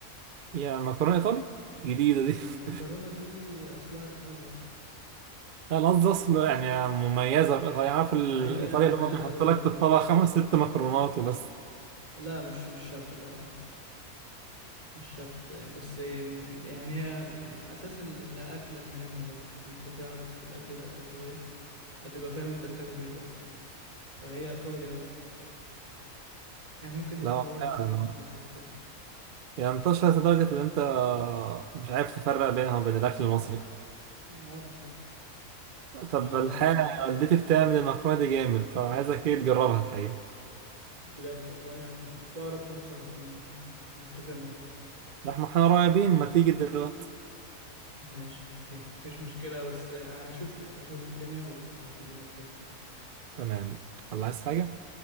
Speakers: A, on the right (about 70°); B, on the right (about 25°).
A: يا مكرونة إيطالي جديدة دي
B: ما المكرونة
A: <laughs>
B: دي أصلها إيطاليا أصلا
A: أنا قصدي أصلا يعني مميزة بإيطاليا أنا عارف الإيطالية
B: ما هي مميزة
A: اللي هما بيحط
B: برضو
A: لك
B: في
A: في الطبق
B: إيطاليا
A: خمس ست مكرونات وبس
B: لا مش مش شرط طبعا مش شرط يعني بس يعني هي أساس الأكلة مهمة برضو إن أنت تعرف الأكل ده أساسه إيه هتبقى فاهم أنت بتاكل إيه برضو فهي إيطاليا أه يعني ممكن
A: لا
B: اتطورت
A: فعلا
B: عندنا في مصر شوية
A: يعني انتشرت لدرجة إن أنت مش عارف تفرق بينها وبين الأكل المصري
B: أه بالظبط
A: طب
B: أنا
A: الحقيقة والدتي بتعمل المكرونة دي جامد فعايزك إيه تجربها الحقيقة
B: بجد والله يعني في أقرب فرصة هكون نتفق مع بعض
A: لا، إحنا إحنا قريبين ما تيجي دلوقتي
B: ماشي أوكي مفيش مشكلة بس هشوف هشوف الدنيا وهكلمك تاني
A: تمام الله عايز حاجة